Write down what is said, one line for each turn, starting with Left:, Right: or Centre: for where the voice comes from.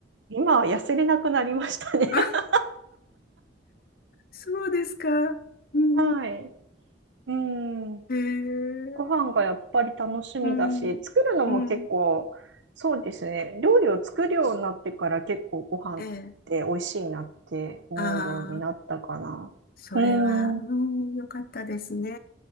Right: 今は痩せれなくなりましたね。<laughs>
Left: <laughs> そうですか。うん。
Right: はい。
Left: うん
Right: うん。
Left: へえ。
Right: ご飯がやっぱり楽しみだし、
Left: うん。
Right: 作るのも結構、
Left: うん。
Right: そうですね。料理を作るようになってから結構ご飯って美味しいなって思うようになったかな。
Left: ええ。ああ、それは、
Right: うん。うん。
Left: うん、よかったですね。